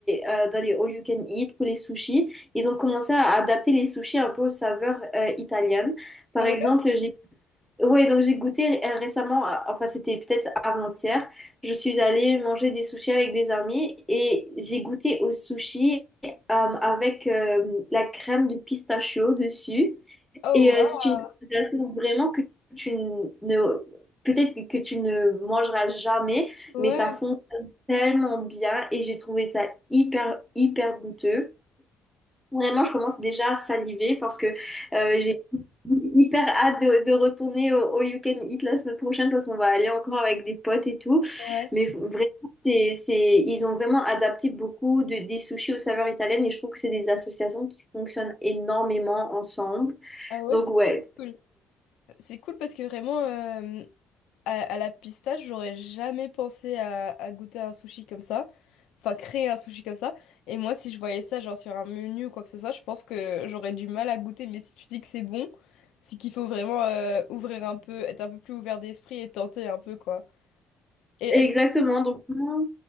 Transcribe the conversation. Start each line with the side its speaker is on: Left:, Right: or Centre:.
Centre: euh, dans les all you can eat pour les sushis, ils ont commencé à adapter les sushis un peu aux saveurs euh, italiennes. Par
Left: Ah
Centre: exemple,
Left: ouais.
Centre: j'ai oui, donc j'ai goûté euh, récemment, à- enfin c'était peut-être avant-hier, je suis allée manger des sushis avec des amis et j'ai goûté au sushi euh, avec euh, la crème de pistachio dessus.
Left: Oh
Centre: Et euh,
Left: waouh.
Centre: c'est une sensation vraiment que tu ne, peut-être que tu ne mangeras jamais,
Left: Ouais,
Centre: mais ça fonctionne tellement bien et j'ai trouvé ça hyper, hyper goûteux. Vraiment, je commence déjà à saliver parce que euh, j'ai hyper hâte de, de retourner au, au You Can Eat la semaine prochaine parce qu'on va aller encore avec des potes et tout.
Left: ouais.
Centre: Mais vraiment, c'est, c'est, ils ont vraiment adapté beaucoup de, des sushis aux saveurs italiennes et je trouve que c'est des associations qui fonctionnent énormément ensemble.
Left: Ah ouais,
Centre: Donc,
Left: c'est
Centre: ouais,
Left: cool. C'est cool parce que vraiment, euh, À, à la pistache, j'aurais jamais pensé à, à goûter un sushi comme ça. Enfin, créer un sushi comme ça. Et moi, si je voyais ça, genre sur un menu ou quoi que ce soit, je pense que j'aurais du mal à goûter. Mais si tu dis que c'est bon, c'est qu'il faut vraiment euh, ouvrir un peu, être un peu plus ouvert d'esprit et tenter un peu, quoi. Et est-ce,
Centre: exactement. Donc, vraiment-